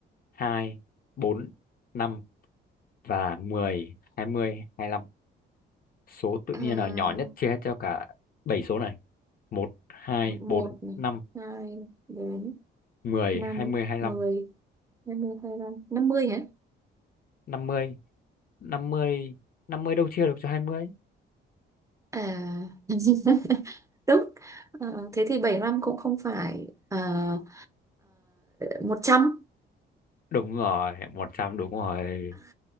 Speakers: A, on the left (about 45°); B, on the right (about 15°).
A: hai bốn năm và mười hai mươi hai lăm số tự
B: à,
A: nhiên nào nhỏ nhất chia hết cho cả bảy số này một hai bốn
B: một này,
A: năm
B: hai bốn
A: mười
B: năm
A: hai mươi hai lăm
B: mười hai mươi hai mươi năm mươi hả?
A: năm mươi năm mươi năm mươi đâu chia được cho hai mươi
B: À, <laughs> đúng. Ờ, thế thì bảy năm cũng không phải uh, 100.
A: đúng rồi một trăm đúng rồi